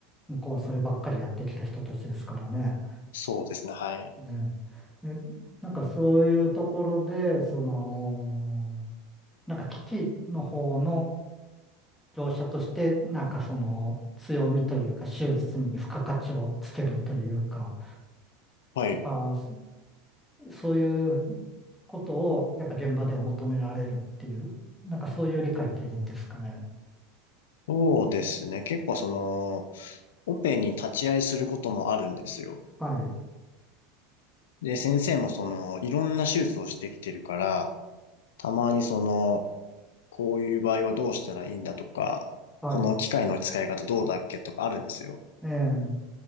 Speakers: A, in the centre; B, on the left (about 85°).
A: 向こうはそればっかりやってきた人たちですからね。
B: そうですね、はい。
A: ね。で、なんかそういうところで、その、なんか機器の方の業者として、なんかその強みというか、手術に付加価値をつけるというか、
B: はい。
A: やっぱそそういうことをやっぱ現場では求められるっていう、なんかそういう理解でいいんですかね。
B: そうですね、結構その、オペに立ち会いすることもあるんですよ。
A: はい。
B: で、先生もその、いろんな手術をしてきてるから、たまにその、こういう場合はどうしたらいいんだとか、
A: はい。
B: この機械の使い方どうだっけとかあるんですよ。
A: ええ、